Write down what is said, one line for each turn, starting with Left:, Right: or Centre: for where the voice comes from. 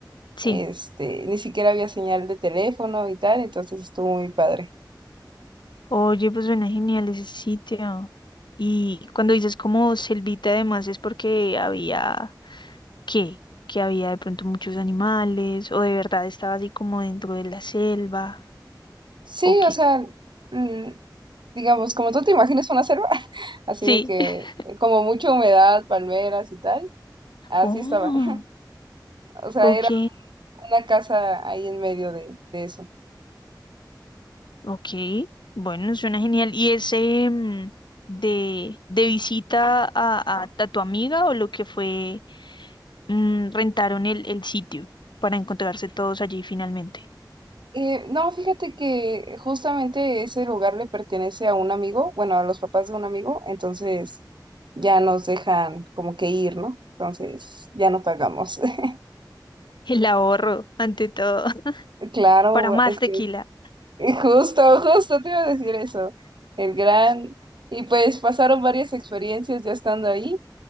Left: sí.
Right: este, ni siquiera había señal de teléfono y tal, entonces estuvo muy padre.
Left: Oye, pues suena genial ese sitio. Y cuando dices como selvita, además es porque había, ¿qué? Que había de pronto muchos animales, o de verdad estaba así como dentro de la selva,
Right: Sí,
Left: ¿o qué?
Right: o sea, mm, digamos, como tú te imaginas una selva, <laughs> así
Left: Sí.
Right: de que
Left: <laughs>
Right: como mucha humedad, palmeras y tal, así
Left: Oh,
Right: estaba. <laughs> O sea,
Left: ok.
Right: era una casa ahí en medio de de eso.
Left: Ok, bueno, suena genial. ¿Y ese mm, de, de visita a, a, a tu amiga o lo que fue mm, rentaron el, el sitio para encontrarse todos allí finalmente?
Right: Eh, no, fíjate que justamente ese lugar le pertenece a un amigo, bueno, a los papás de un amigo, entonces ya nos dejan como que ir, ¿no? Entonces ya no pagamos. <laughs>
Left: El ahorro, ante todo, <laughs>
Right: Claro,
Left: para más
Right: es
Left: tequila.
Right: que <laughs> justo, justo te iba a decir eso, el gran... Y pues pasaron varias experiencias ya estando ahí,